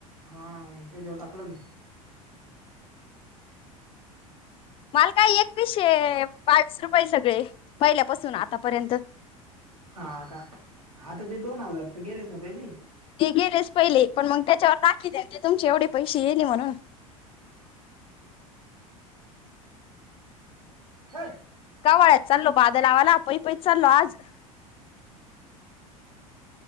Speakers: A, on the right; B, on the left.
A: हा मी त्याच्यावर टाकलं बी
B: माल काय एकवीसशे बावीस रुपये सगळे पहिल्यापासून आतापर्यंत
A: हा का आता ते दोन हजार तर गेलेच ना पहिली
B: ते गेलेच पहिले पण मग त्याच्यावर दाखी द्या ते तुमचे एवढे पैसे येईल म्हणून
A: हे
B: कावाळ्यात चाललो बाद लावाला पै पैच चाललो आज